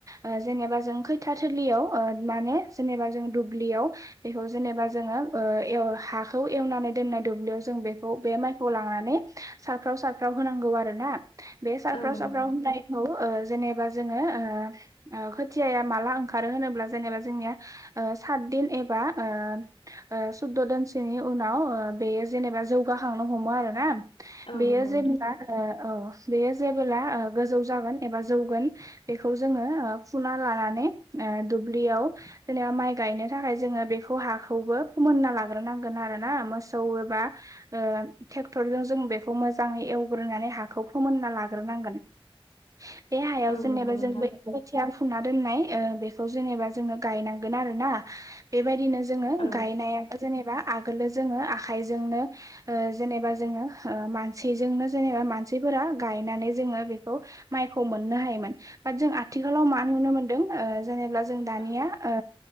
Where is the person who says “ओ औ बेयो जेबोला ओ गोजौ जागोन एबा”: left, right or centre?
Right